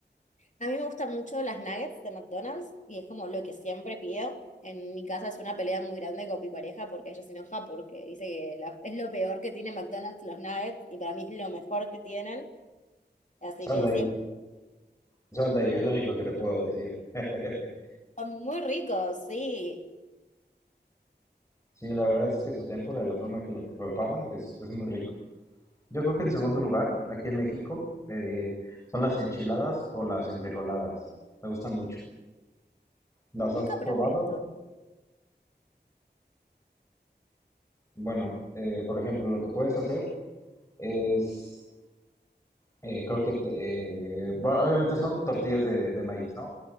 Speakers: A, on the left; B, on the left.
A: A mí me gustan mucho las nuggets de McDonald's y es como lo que siempre pido. En mi casa es una pelea muy grande con mi pareja porque ella se enoja porque dice que la- es lo peor que tiene McDonald's los nuggets y para mí es lo mejor que tienen. Así
B: Sal
A: que
B: de ahí,
A: siempre...
B: sal de ahí, es lo único que te puedo decir. <laughs>
A: Son muy ricos, sí.
B: Sí, la verdad es que su tempura, la forma que lo preparan, es, es muy rico. Yo creo que en segundo lugar, aquí en México, eh, son las enchiladas o las enfrijoladas. Me gustan mucho. ¿Las
A: Nunca
B: has
A: probé
B: probado?
A: esto.
B: Bueno, eh, por ejemplo, lo que puedes hacer es Eh, creo que, eh, bueno, obviamente son tortillas de, de maíz, ¿no?